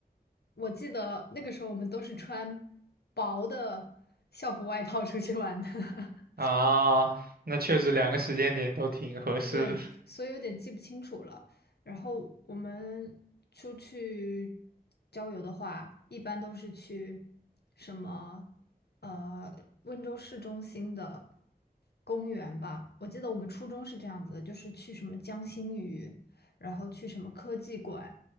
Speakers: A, on the left; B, on the right.
A: 我记得那个时候我们都是穿薄的校服外套出去玩的。
B: <laughs>
A: <laughs>
B: 啊，那确实两个时间点都挺合适的
A: 对，所以有点记不清楚了。然后我们出去郊游的话，一般都是去什么呃温州市中心的公园吧。我记得我们初中是这样子的，就是去什么江心屿，然后去什么科技馆。